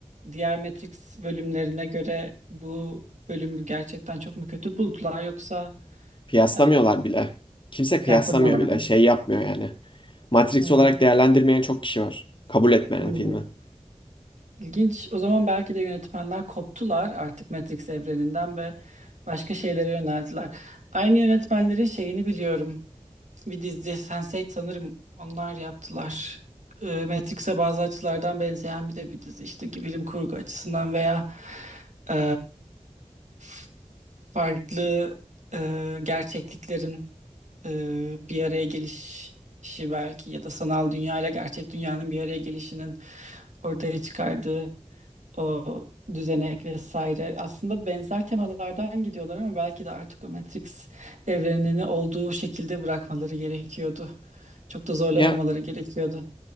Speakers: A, on the right (about 75°); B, on the left (about 40°).
A: diğer Matrix bölümlerine göre bu bölümü gerçekten çok mu kötü buldular yoksa
B: Kıyaslamıyorlar
A: e,
B: bile. Kimse kıyaslamıyor
A: kıyaslama olabilir.
B: bile. Şey yapmıyor yani. Matrix
A: Hmm.
B: olarak değerlendirmeyen çok kişi var. Kabul etmeyen
A: Hmm.
B: filmi.
A: İlginç. O zaman belki de yönetmenler koptular artık Matrix evreninden ve başka şeylere yöneldiler. Aynı yönetmenlerin şeyini biliyorum. Bir dizi Sense8 sanırım onlar yaptılar. Ee, Matrix'e bazı açılardan benzeyen bir de bir dizi işte ki bilim kurgu açısından veya e, f- farklı e, gerçekliklerin e, bir araya gelişi belki ya da sanal dünya ile gerçek dünyanın bir araya gelişinin ortaya çıkardığı o düzenek vesaire. Aslında benzer temalardan gidiyorlar ama belki de artık o Matrix evrenini olduğu şekilde bırakmaları gerekiyordu. Çok da zorlamamaları
B: Ya
A: gerekiyordu.